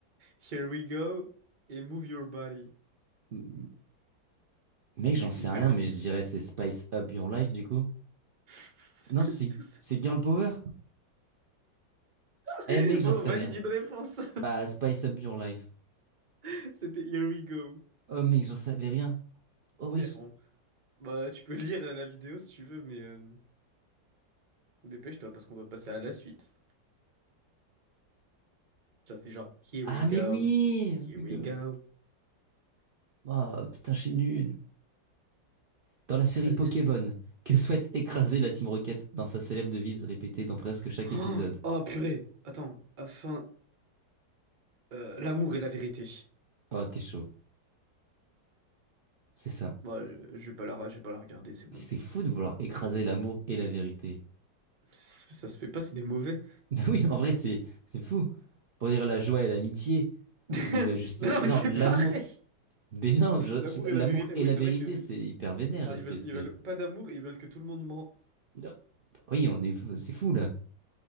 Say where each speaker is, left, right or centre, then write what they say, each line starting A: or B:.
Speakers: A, on the right; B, on the right.
A: here we go, et move your body.
B: M- Mec, j'en
A: Mec,
B: sais
A: c'est hyper
B: rien,
A: facile.
B: mais je dirais c'est Spice Up Your Life du coup.
A: <laughs> C'est
B: Non,
A: pas
B: c'est
A: du tout ça.
B: c'est Girl Power? Eh
A: <laughs>
B: mec, j'en
A: Bon,
B: sais
A: on valide
B: rien.
A: une réponse.
B: Bah, Spice Up Your Life.
A: <laughs> C'était here we go.
B: Oh mec, j'en savais rien. Oh
A: Si,
B: wesh.
A: elles font- Bah, tu peux lire euh, la vidéo si tu veux, mais euh, dépêche-toi parce qu'on doit passer à la suite. Ça fait genre, here
B: Ah
A: we go,
B: mais oui!
A: here
B: We
A: we
B: go.
A: go.
B: Oh putain, je suis nul. Dans la série
A: Vas-y.
B: Pokémon,
A: <gasps>
B: que souhaite écraser la Team Rocket dans sa célèbre devise répétée dans presque chaque épisode?
A: Oh, oh, purée. Attends, afin... euh, l'amour et la vérité.
B: Oh, t'es chaud. C'est ça.
A: Moi, je, je vais pas la, je vais pas la regarder, c'est bon.
B: C'est fou de vouloir écraser l'amour et la vérité.
A: Ça, ça se fait pas, c'est des mauvais.
B: <laughs> Oui, en vrai, c'est c'est fou. Pour dire la joie et l'amitié,
A: <laughs> Mais
B: ou la justice.
A: Non, mais
B: Non,
A: c'est
B: l'amour.
A: pareil.
B: Mais non, je,
A: L'amour
B: je sais pas,
A: et
B: l'amour
A: la vérité.
B: et
A: Oui,
B: la
A: c'est
B: vérité,
A: vrai que...
B: c'est hyper vénère.
A: alors, ils
B: C'est
A: veulent,
B: c'est-
A: ils veulent pas d'amour, ils veulent que tout le monde ment.
B: Ah, Oui, on est, fou- c'est fou là.